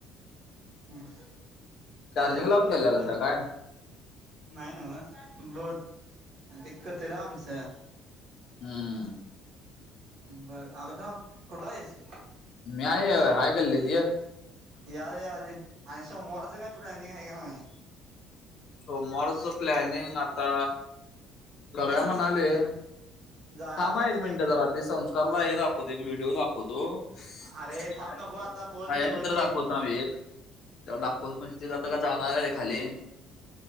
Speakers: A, on the right; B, on the left.
A: हम्म, काय
B: चार्जिंग
A: झालं
B: लावून
A: कुठं
B: ठेवलेला
A: मुतला?
B: का काय
A: नाय न्हव बोल आर ते कूत्र आमचं.
B: हम्म.
A: बर आलो थांब कुठं आयस?
B: मी हाय हाय गल्लीत य.
A: यालूय यालूय, आणि सोमवारचं काय प्लॅनिंग हाय का नाय?
B: सोमवारच प्लॅनिंग आता करूया म्हणालूय.
A: जाया
B: थांबा
A: म्हणाले
B: हा एक मिनिटं जरा ते संस्कारला हे दाखवतो व्हिडीओ दाखवतो.
A: अरे
B: छायाचित्र,
A: थांब नको आता बोल
B: छायाचित्र
A: व्यवस्थित
B: दाखव थांब एक त्याला दाखवतो म्हणजे ते आता का जाणार आय खाली.